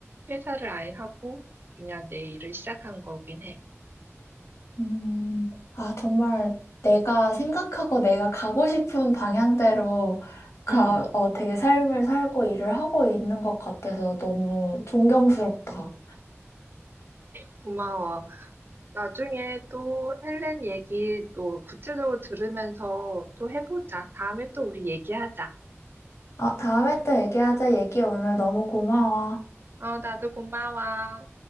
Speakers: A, on the right (about 45°); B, on the left (about 65°).
A: 퇴사를 아예 하고 그냥 내 일을 시작한 거긴 해.
B: 음, 아, 정말 내가 생각하고 내가 가고 싶은 방향대로 가,
A: 음,
B: 어, 되게 삶을 살고 일을 하고 있는 것 같아서 너무 존경스럽다.
A: 고마워. 나중에 또 헬렌 얘기 또 구체적으로 들으면서 또 해보자. 다음에 또 우리 얘기하자.
B: 아, 다음에 또 얘기하자. 얘기 오늘 너무 고마워.
A: 어, 나도 고마워.